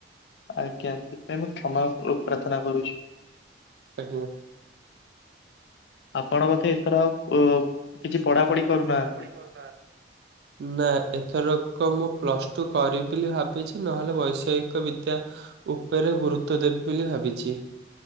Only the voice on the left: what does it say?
ଆଜ୍ଞା ସେଥିପାଇଁ ମୁଁ କ୍ଷମା ଉ ଓ ପ୍ରାର୍ଥନା କରୁଛି।
ଆପଣ ବୋଧେ ଏଥର ଆଉ ଉ କିଛି ପଢାପଢି କରୁନାହାନ୍ତି?